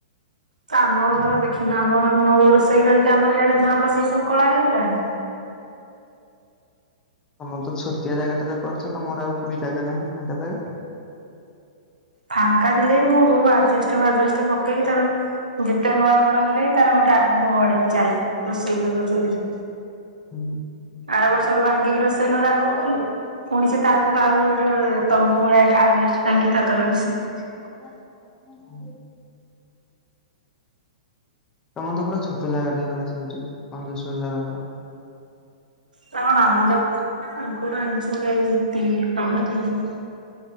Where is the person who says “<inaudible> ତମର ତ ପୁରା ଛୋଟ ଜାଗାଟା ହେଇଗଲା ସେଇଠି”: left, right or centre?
Left